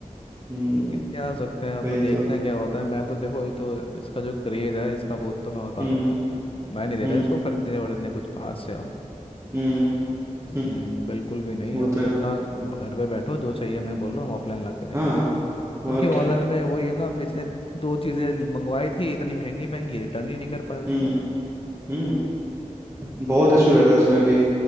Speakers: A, on the right; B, on the left.
A: हम्म
B: लेकिन क्या हो सकते हैं अब
A: वही
B: तो देखते
A: तो
B: हैं क्या होता है मैं तो देखो ये तो इसका जो क्रेज है इसका बहुत तो मैं उतारूंगा
A: हम्म
B: मैं नहीं दे
A: हम्म
B: रहा इसको खरीदने वरीदने कुछ बाहर से अब
A: हम्म
B: हम्म,
A: हम्म,
B: बिल्कुल भी नहीं
A: वो
B: अभी
A: तो है
B: अपना घर पे बैठो जो चाहिए मैं बोलो हम ऑफलाइन ला के देंगे
A: हाँ
B: क्योंकि
A: और
B: ऑनलाइन
A: क्या
B: में वही है ना अब इसने दो चीज़ें मंगवाई थी इतनी महंगी महंगी रिटर्न ही नहीं कर पाए उसको
A: हम्म हम्म बहुत
B: तो क्या
A: इशू
B: फायदा
A: रहता है उसमें भी